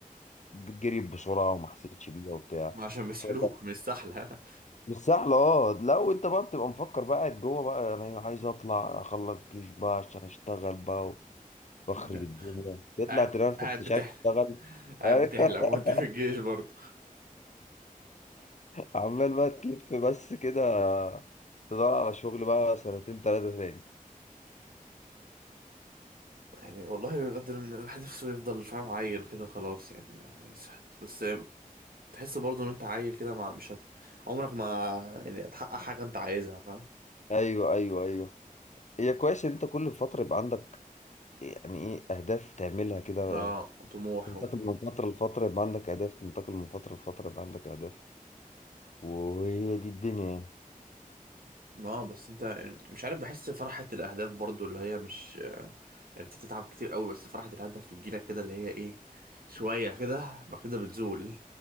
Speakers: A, on the left; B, on the right.
A: جريت بسرعه وما حسيتش بيها وبتاع
B: ما عشان بيسحلوك
A: طب
B: من السحلة
A: مش سهله اه لا وانت بقى بتبقى مفكر بقى قاعد جوه بقى انا عايز اطلع اخلص جيش بقى عشان اشتغل بقى
B: <laughs>
A: واخرب الدنيا يطلع
B: قاعد
A: تلاقي نفسك
B: قاعد
A: مش
B: بتحلم
A: عارف تشتغل
B: <laughs> قاعد
A: <laughs>
B: بتحلم وانت في الجيش برضه
A: عمال بقى تلف بس كده تدور على شغل بقى سنتين ثلاثه تاني
B: يعني والله بجد إن الواحد نفسه يفضل فاهم عيل كده خلاص يعني يعني يسحت بس تحس برضه ان انت عيل كده ما مش هت... عمرك ما يعني هتحقق حاجة انت عايزها فاهم
A: ايوه ايوه ايوه هي كويس ان انت كل فترة يبقى عندك يعني ايه اهداف تعملها كده
B: ما طموح
A: تنتقل
B: و...
A: من فترة لفترة يبقى عندك اهداف تنتقل من فترة لفترة يبقى عندك اهداف وهي دي الدنيا يعني
B: اه بس انت مش عارف بحس فرحة الأهداف برضو اللي هي مش يعني انت بتتعب كتير قوي بس فرحة الهدف بتجيلك كده اللي هي ايه شوية كده بعد كده بتزول